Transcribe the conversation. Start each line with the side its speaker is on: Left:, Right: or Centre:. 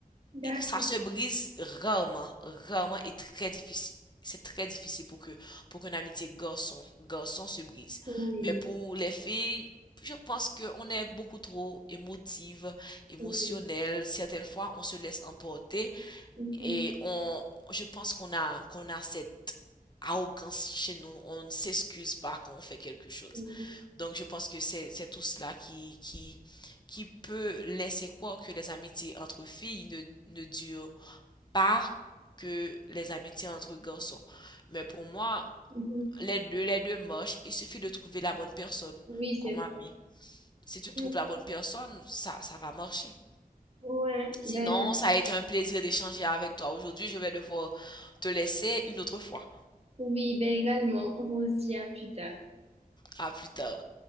Right: d'accord.
Left: et ça se brise rarement, rarement et très difficile. C'est très difficile pour que pour qu'une amitié garçon garçon se brise.
Right: Oui,
Left: Mais pour les filles, je pense que on est beaucoup trop émotive, émotionnelle.
Right: oui.
Left: Certaines fois, on se laisse emporter
Right: Mhm.
Left: et on, je pense qu'on a, qu'on a cette arrogance chez nous. On ne s'excuse pas quand on fait quelque chose.
Right: Oui,
Left: Donc, je pense que c'est, c'est tout cela qui, qui, qui peut laisser croire que les amitiés entre filles ne, ne durent pas que les amitiés entre garçons. Mais pour moi,
Right: Mhm.
Left: les deux, les deux marchent. Il suffit de trouver la bonne personne
Right: Oui,
Left: comme
Right: c'est vrai.
Left: ami. Si tu
Right: Mhm.
Left: trouves la bonne personne, ça, ça va marcher.
Right: Ouais, ben,
Left: Sinon, ça a été un plaisir d'échanger avec toi aujourd'hui. Je vais devoir te laisser une autre fois.
Right: oui, ben également, on se dit à plus tard.
Left: À plus tard.